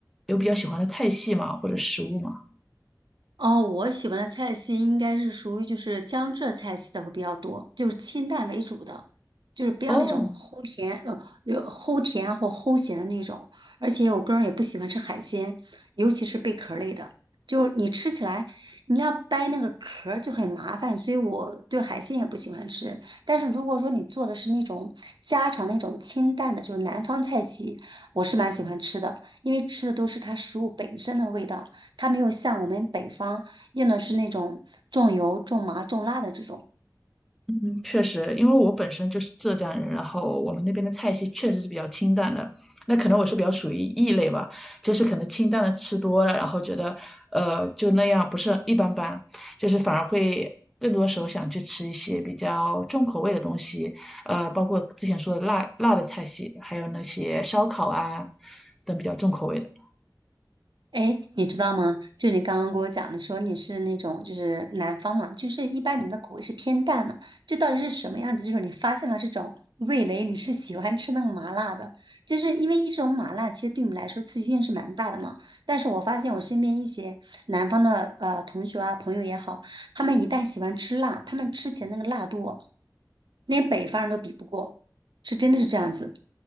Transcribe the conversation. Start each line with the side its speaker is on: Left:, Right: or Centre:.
Centre: 有比较喜欢的菜系吗？或者食物吗？
Right: 哦，我喜欢的菜系应该是属于就是江浙菜系的会比较多，就是清淡为主的，就是不要那种齁甜呃有齁甜或齁咸的那种。
Centre: 哦，
Right: 而且我个人也不喜欢吃海鲜，尤其是贝壳类的，就是你吃起来你要掰那个壳儿就很麻烦，所以我对海鲜也不喜欢吃。但是如果说你做的是那种家常那种清淡的，就是南方菜系，我是蛮喜欢吃的，因为吃的都是它食物本身的味道。它没有像我们北方用的是那种重油、重麻、重辣的这种，
Centre: 嗯确实，因为我本身就是浙江人，然后我们那边的菜系确实是比较清淡的，那可能我是比较属于异类吧，就是可能清淡的吃多了，然后觉得呃就那样，不是一般般，就是反而会更多时候想去吃一些比较重口味的东西，呃，包括之前说的辣辣的菜系，还有那些烧烤啊等比较重口味的。
Right: 哎，诶你知道吗？就你刚刚跟我讲的，说你是那种就是南方嘛，就是一般你们的口味是偏淡的，这到底是什么样子？就是你发现了这种味蕾，你是喜欢吃那个麻辣的，就是因为一种麻辣其实对你们来说刺激性是蛮大的嘛。但是我发现我身边一些南方的呃同学啊朋友也好，他们一旦喜欢吃辣，他们吃起来那个辣度哦，连北方人都比不过，是真的是这样子。